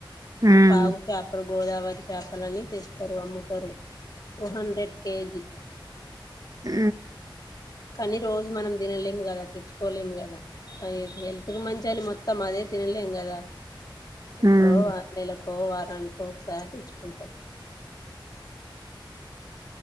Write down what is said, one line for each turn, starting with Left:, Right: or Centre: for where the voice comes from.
Right: ఉమ్
Left: వాగు చాపరు గోదావరి చేపలని తెస్తరు అమ్ముతారు టూ హండ్రెడ్ కే జీ
Right: ఊ
Left: కానీ రోజూ మనం తినలేం గదా తెచ్చుకోలేం గదా పై ఎదు హెల్త్ కు మంచి అని మొత్ త్తం అదే తినలేం గదా ఇప్పుడో
Right: ఉమ్
Left: నెలకు ఓ వారానికో ఒకసారి తెచ్చుకుంటాం.